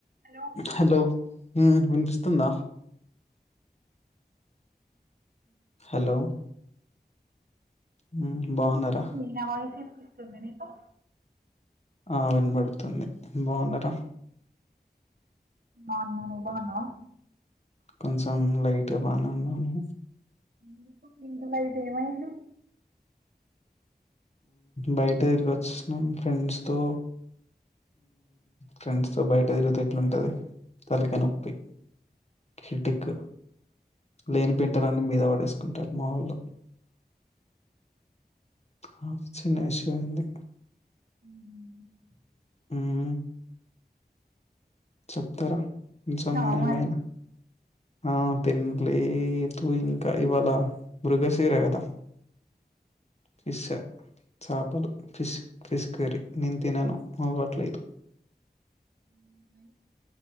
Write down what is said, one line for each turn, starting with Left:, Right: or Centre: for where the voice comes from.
Right: Hello
Left: hello హు విని పిస్తోంద హలో మ్మ్
Right: వినిపిస్తుంది
Left: బాగున్నారా
Right: నా వాయిసు వినిపిస్తుంద నీకు
Left: ఆ వినబడుతుంది బావున్నారా
Right: బావున్నా నువ్వు బావున్నావా
Left: కొంచెం లైట్గా బానే ఉన్నాను
Right: ఎందుకు లైట్ ఏమైంది
Left: బయట తిరిగి వచ్చిన్నాం ఫ్రెండ్స్ తో ఫ్రెండ్స్ తో బయట తిరుగుతే ఎట్లాంటది తలకయి నొప్పి ప్పి హెడేక్ లేని పింటలు అన్ని మీద పడేసుకుంటారు మావోళ్ళు అ చిన్న ఇష్యూ అయింది
Right: ఉహు
Left: మ్మ్ చెప్తారా కొంచెం
Right: తిన్నావా
Left: ఏమైనా
Right: మరి
Left: ఆ తినలేదు ఇంకా ఇవాళ మృగశీరా కదా పిష్ చాపలు ఫిష్ ఫిష్ కర్రీ నేను తినను అలవాటు లేదు
Right: ఉమ్ వై